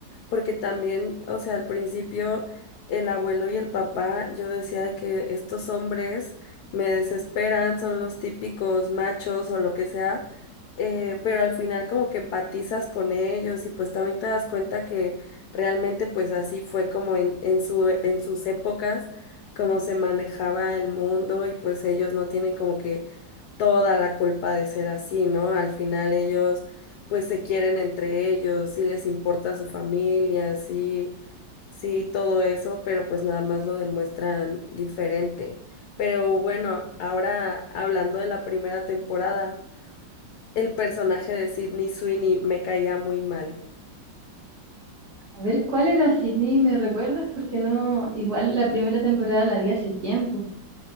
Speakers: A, on the left; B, on the right.
A: porque también, o sea, al principio el abuelo y el papá, yo decía de que estos hombres me desesperan, son los típicos machos o lo que sea, eh, pero al final como que empatizas con ellos y pues también te das cuenta que realmente pues así fue como en, en su, en sus épocas cómo se manejaba el mundo y pues ellos no tienen como que toda la culpa de ser así, ¿no? Al final ellos pues se quieren entre ellos, sí les importa su familia, sí, sí, todo eso, pero pues nada más lo demuestran diferente. Pero bueno, ahora hablando de la primera temporada, el personaje de Sydney Sweeney me caía muy mal.
B: A ver, ¿cuál era Sydney? ¿Me recuerdas? Porque no, igual la primera temporada la vi hace tiempo.